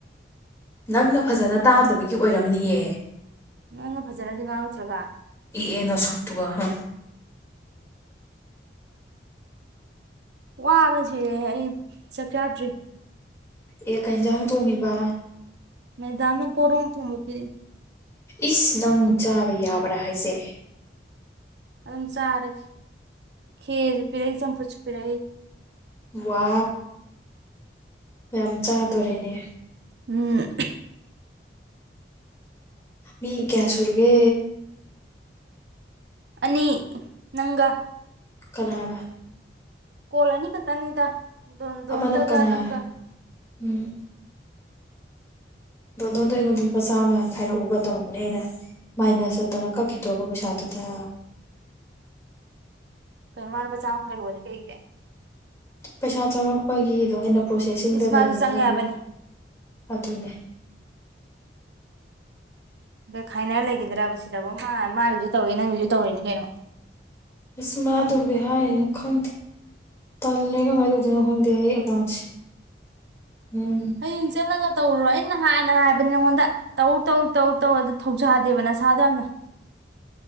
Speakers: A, on the left (about 15°); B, on the right (about 70°).
A: ꯅꯪꯅ ꯐꯖꯅ ꯇꯥꯗꯕꯒꯤ ꯑꯣꯏꯔꯝꯅꯤꯌꯦ
B: ꯅꯪꯅ ꯐꯖꯅꯗꯤ ꯉꯥꯎꯗ꯭ꯔꯒ
A: ꯑꯦꯑ ꯅ ꯁꯛꯛꯇꯨꯒ ꯍꯥ
B: ꯋꯥꯕꯅ ꯆꯔꯦ ꯑꯩ ꯆꯥꯛ ꯆꯥꯗ꯭ꯔꯤ
A: ꯑꯦ ꯀꯩ ꯍꯦꯟꯖꯥꯡ ꯊꯣꯡꯉꯤꯕ
B: ꯃꯗꯥꯝꯅ ꯄꯣꯔꯣꯝ ꯊꯣꯪ ꯄꯤꯔꯦ
A: ꯏꯁ ꯅꯪ ꯆꯥꯕ ꯌꯥꯕ꯭ꯔꯥ ꯍꯥꯏꯁꯦ
B: ꯑꯗꯨꯝ ꯆꯥꯔꯦ ꯈꯦꯔꯁꯨ ꯄꯤꯔꯛꯏ ꯆꯝꯐꯨꯠꯁꯨ ꯄꯤꯔꯛꯏ
A: ꯋꯥ ꯌꯥꯝ ꯆꯥꯗꯣꯔꯦꯅꯦ
B: ꯎꯝ
A: ꯃꯤ ꯀꯌꯥ ꯁꯨꯔꯒꯦ
B: ꯑꯅꯤ ꯅꯪꯒ
A: ꯀꯅꯥꯒ
B: ꯀꯣꯜ ꯑꯥꯅꯤ ꯈꯛꯇꯅꯤꯗ ꯗꯣꯟ ꯗꯣꯟꯗꯒ
A: ꯑꯃꯅ ꯀꯅꯥꯅ
B: ꯅꯪꯒ
A: ꯎꯝ ꯑꯗꯣ ꯅꯉꯣꯟꯗꯣ ꯑꯩꯉꯣꯟꯗ ꯂꯨꯄꯥ ꯆꯥꯝꯃ ꯈꯥꯏꯔꯛꯎꯒ ꯇꯧꯔꯝꯒꯅꯦ ꯑꯩꯅ ꯃꯥꯏꯅꯁ ꯆꯠꯇꯅ ꯈꯛꯈꯤꯗꯣꯔꯕ ꯄꯩꯁꯥꯗꯨꯗꯥ
B: ꯈꯔ ꯃꯥꯔ ꯄꯁꯥꯎꯨ ꯈꯥꯏꯔꯑꯣꯕ ꯑꯗꯨ ꯀꯩꯒꯦ
A: ꯄꯩꯁꯥ ꯆꯪꯉꯛꯄꯒꯤꯗꯣ ꯑꯩꯅ ꯄ꯭ꯔꯣꯁꯦꯁꯤꯡꯗ
B: ꯏꯁ ꯃꯥꯁꯨ
A: ꯂꯩꯅꯤ
B: ꯆꯪꯉꯦ
A: ꯑꯗꯨꯒꯤ
B: ꯍꯥꯏꯕꯅꯤ
A: ꯑꯗꯨꯅꯦ
B: ꯈꯥꯏꯅꯔ ꯂꯩꯈꯤꯗ꯭ꯔꯥ ꯁꯤꯗꯕꯨ ꯃꯥ ꯃꯥꯒꯤꯁꯨ ꯇꯧꯋꯤ ꯅꯪꯒꯤꯁꯨ ꯇꯧꯔꯤꯅꯤ ꯀꯩꯅꯣ
A: ꯑꯁ ꯃꯥ ꯑꯥꯗꯨꯕꯨꯗꯤ ꯍꯥꯏꯅꯤ ꯈꯪꯗꯦ ꯇꯜꯒ ꯃꯥꯏꯗꯅ ꯍꯗ ꯑꯄꯥꯥꯎꯁꯤ ꯎꯝ
B: ꯍꯌꯦꯡ ꯆꯠꯂꯒ ꯇꯧꯔꯨꯔꯣ ꯑꯩꯅ ꯍꯥꯟꯅ ꯍꯥꯏꯕꯅꯦ ꯅꯉꯣꯟꯗ ꯇꯧ ꯇꯧ ꯇꯧ ꯇꯧ ꯑꯗꯨ ꯊꯧꯁꯥꯗꯦꯕ ꯅꯁꯥꯗ ꯌꯥꯝꯅ